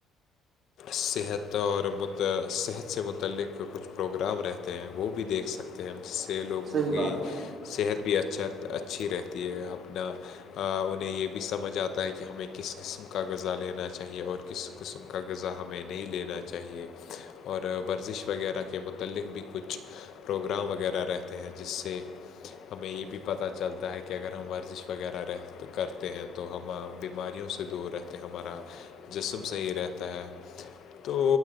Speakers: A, on the left (about 65°); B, on the right (about 50°).
A: صحت اور مت صحت سے متعلق کچھ پروگرام رہتے ہیں وہ بھی دیکھ سکتے ہیں جس سے لوگوں
B: صحیح بات
A: کی
B: ہے
A: صحت بھی اچھا اچھی رہتی ہے اپنا انہیں یہ بھی سمجھ آتا ہے کہ ہمیں کس قسم کا غذا لینا چاہیے اور کس قسم کا غذا ہمیں نہیں لینا چاہیے اور ورزش وغیرہ کے متعلق بھی کچھ پروگرام وغیرہ رہتے ہیں جس سے ہمیں یہ بھی پتہ چلتا ہے کہ اگر ہم ورزش وغیرہ رہ کرتے ہیں تو تو ہم بیماریوں سے دور رہتے ہیں ہمارا جسم صحیح رہتا ہے تو